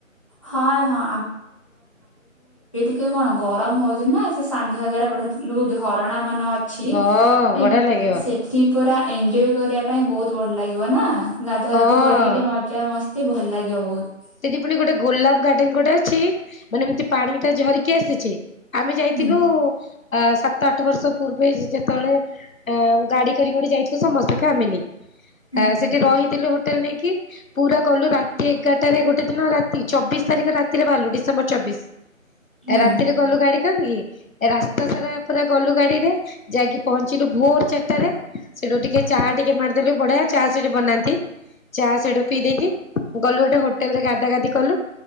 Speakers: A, on the left; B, on the left.
A: ହଁ ହଁ ଟ କଣ ଗରମ ହଉଛି ନା ସେ ସାନଘାଗାରେ ଯଉ ଝରଣା ମାନ ଅଛି
B: ହଁ
A: ଠିକ
B: ବଢିଆ ଲାଗିବ
A: ସେଠି ପୁରା। ଏଞ୍ଜୟ୍ କରିବା ପାଇଁ ବହୁତ ଭଲ ଲାଗିବ ନା ଗାଧା
B: ହଁ।
A: ଗୁଧି କରିକି ଟିକେ ମଜା ମସ୍ । ଭଲ ଲାଗିବ ବହୁତ।
B: ସେଠି ପୁଣି ଗୋଟେ ଗୋଲାପ ଗାର୍ଡେନ ଗୋଟେ ଅଛି ମାନେ ଏମତି ପାଣି ଟା ଝରିକି ଆସିଛି। ଆମେ ଯାଇଥିଲୁ।
A: ହୁଁ
B: ଆ ସାତ ଆଠ ବର୍ଷ ପୂର୍ବେ ଯେତେବେଳେ ଗାଡି କରି ଗୋଟେ ଯାଇଥିବ ସମସ୍ତେ ଫ୍ୟାମିଲି।
A: ହୁଁ।
B: ଆ ସେଠି ରହିଥିଲୁ ହୋଟେଲ ନେଇକି ପୁରା କଲୁ ରାତି ଏଗାର ଗୋଟେ ଦିନ ରାତି ଚବିଶ ତାରିଖ ରାତିରେ ବାହାରିଲୁ ଡିସେମ୍ବର ଚବିଶ
A: ହୁଁ
B: ରାତିରେ ଗଲୁ ଗାଡି ରାସ୍ତା ସାରା ଗଲୁ ଗାଡିରେ ଯାଇକି ପହଞ୍ଚିଲୁ ଭୋର ଚାରିଟାରେ। ସେଠୁ ଟିକେ ଚା ଟିକେ ମାରିଦେଲେ ବଢିଆ ଚା ସେଠି ବନାନ୍ତି। ଚା ସେଠୁ ପିଇ ଦେଇେଇକି ଗଲୁ ଗୋଟେ ହୋଟେଲ ରେ ଗାଧା ଗାଧି କଲୁ।